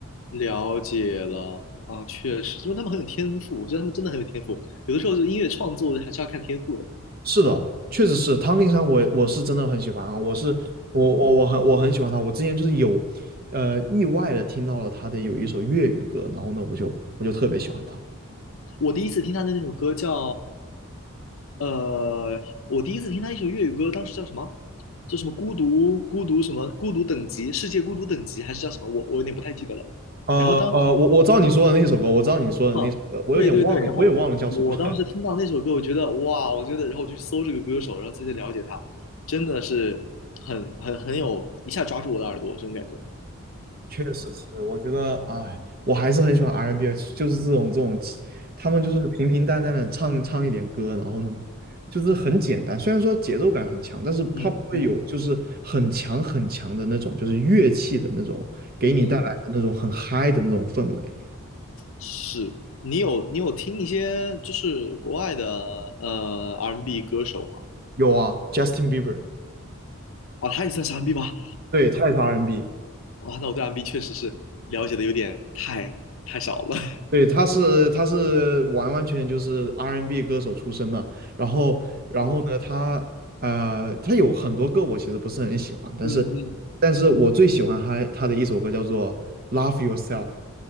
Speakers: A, on the left; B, on the right.
A: 了解了啊，确实，因为他们很有天赋，我觉得他们真的很有天赋，有的时候就音乐创作还是要看天赋的。
B: 是的，确实是汤令山我，我是真的很喜欢啊，我是我我我很我很喜欢他，
A: 嗯。
B: 我之前就是有呃意外的听到了他的有一首粤语歌，然后呢我就我就特别喜欢他。
A: 我第一次听他的那首歌叫，呃，我第一次听他一首粤语歌，当时叫什么？叫什么孤独孤独什么孤独等级世界孤独等级还是叫什么？我我有点不太记得了。
B: 呃呃，
A: 然后当时
B: 我我知道你说的那首歌，我知道你说的那首歌，
A: 啊，
B: 我有点忘了，
A: 对对对，然后我当时听到那首歌，
B: 我也忘了叫什么了。
A: 我觉得哇，我觉得，然后就去搜这个歌手，然后再去了解他，真的是很很很有一下抓住我的耳朵这种感觉。
B: 确实是，我觉得，哎，我还是很喜欢 R&B，n 就是这种这种，他们就是平平淡淡的唱唱一点歌，然后呢，就是很简单，虽然说节奏感很强，但是它不会有就是很强很强的那种，
A: 嗯嗯
B: 就是乐器的那种给你带来的那种很嗨的那种氛围。
A: 嗯，是你有你有听一些就是国外的呃 R&B n 歌手吗？
B: 有啊，Justin Bieber，
A: 哦，他也算是 MB 吗？
B: 对，他也是 R&B n。
A: 好吧，那我对 MB 确实是了解的有点太太少了。<laughs>
B: 对，他是他是完完全全就是 R&B n 歌手出身的，然后然后呢，
A: 啊，
B: 他呃他有很多歌我其实不是很喜欢，但是
A: 嗯嗯，
B: 但是我最喜欢他他的一首歌叫做《Love Yourself》，